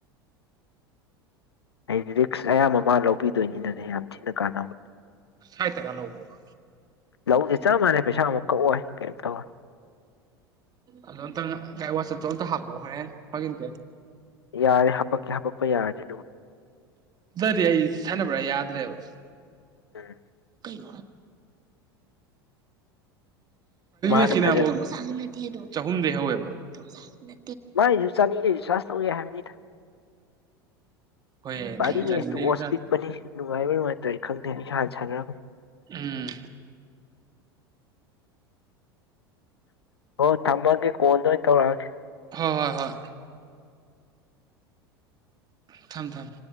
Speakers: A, on the left (about 80°); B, on the right (about 30°).
A: ꯑꯩ ꯔꯤꯛꯁ ꯑꯌꯥꯝꯕ ꯑꯃ ꯂꯧꯕꯤꯗꯣꯏꯅꯤꯅꯗꯤ ꯌꯥꯝ ꯊꯤꯅ ꯀꯥꯟꯅꯕ
B: ꯁꯥꯏ ꯇ ꯀ ꯂꯧꯕꯕ
A: ꯂꯧꯁꯤꯦ ꯆꯞ ꯃꯥꯟꯅꯩ ꯄꯩꯁꯥꯃꯨꯛ ꯀꯛꯑꯣꯏ ꯀꯩꯝ ꯇꯧꯋ
B: ꯑꯗꯨꯗꯇ ꯉ ꯀꯥꯏ ꯋꯥꯁꯇ ꯑꯣꯇ ꯍꯥꯄꯣ ꯍꯣꯔꯦꯟꯦꯟ ꯍꯒꯤꯟꯇꯦ
A: ꯌꯥꯔꯦ ꯍꯥꯄꯛꯀꯦ ꯍꯥꯄꯛꯄ ꯌꯥꯔꯦ
B: ꯑꯗꯨꯗꯤ ꯑꯩ ꯁꯥꯟꯅꯕ꯭ꯔꯥ ꯌꯥꯗ꯭ꯔꯦꯕ <inaudible>
A: ꯎꯝ
B: <inaudible>
A: ꯃꯥꯅ
B: ꯑꯁꯤꯅ
A: ꯐꯖꯅ
B: ꯑꯃꯨꯛ ꯆꯍꯨꯝꯗꯩ ꯍꯧꯋꯦꯕ ꯄ ꯆ ꯃꯤ
A: ꯃꯥꯁꯨ ꯆꯥꯅꯤꯗꯩꯁꯨ ꯆꯔꯖ ꯇꯧꯒ ꯍꯥꯏꯕꯅꯤꯗ
B: ꯍꯣꯏ ꯌꯥ
A: ꯕꯥꯔꯂꯤ
B: ꯆꯔꯤ
A: ꯃꯦꯠꯁꯇꯨ ꯑꯣꯁ
B: ꯆ
A: ꯄꯤꯛꯄꯅꯤ ꯅꯨꯡꯉꯥꯏꯕ꯭ꯔꯥ ꯅꯨꯡꯉꯥꯏꯇ꯭ꯔꯥ ꯑꯩ ꯈꯪꯗꯦ ꯑꯩꯁꯨ ꯍꯥꯟꯅ ꯁꯥꯟꯅꯔꯝꯃꯤ
B: ꯎꯝ
A: ꯍꯣꯏ ꯊꯝꯃꯒꯦ ꯀꯣꯟꯗ ꯑꯣꯏꯅ ꯇꯧꯔꯛꯑꯒꯦ
B: ꯍꯣꯏ ꯍꯣꯏ ꯍꯣꯏ ꯊꯝ ꯊꯝ